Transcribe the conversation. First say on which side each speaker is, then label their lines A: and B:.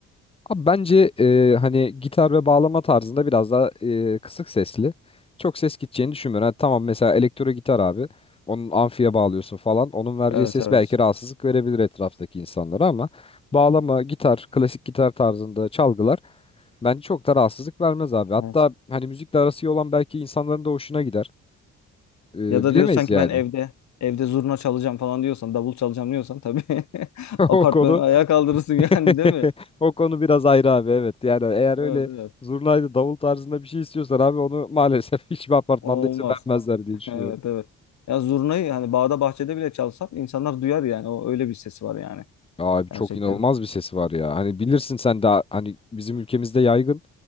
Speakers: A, on the left; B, on the left.
A: Abi bence e, hani gitar ve bağlama tarzında biraz daha e, kısık sesli. Çok ses gideceğini düşünmüyorum. Hani tamam mesela elektro gitar abi. Onun amfiye bağlıyorsun falan. Onun vereceği
B: Evet
A: ses
B: evet.
A: belki rahatsızlık verebilir etraftaki insanlara ama bağlama, gitar, klasik gitar tarzında çalgılar bence çok da rahatsızlık vermez abi. Hatta
B: Evet.
A: hani müzikle arası iyi olan belki insanların da hoşuna gider. E,
B: Ya da
A: bilemeyiz
B: diyorsan ki
A: yani.
B: ben evde evde zurna çalacağım falan diyorsan, davul çalacağım diyorsan tabii <laughs>
A: <laughs>
B: apartmanı
A: O konu
B: ayağa kaldırırsın
A: <laughs>
B: yani değil mi?
A: O konu biraz ayrı abi evet. Yani eğer
B: Evet
A: öyle
B: evet.
A: zurnaydı davul tarzında bir şey istiyorsan abi onu maalesef <laughs> hiçbir apartmanda
B: O olmaz.
A: izin vermezler diye
B: <laughs>
A: düşünüyorum.
B: Evet evet. Ya zurnayı hani bağda bahçede bile çalsan insanlar duyar yani. O öyle bir sesi var yani.
A: Abi çok
B: Gerçekten.
A: inanılmaz bir sesi var ya. Hani bilirsin sen daha hani bizim ülkemizde yaygın.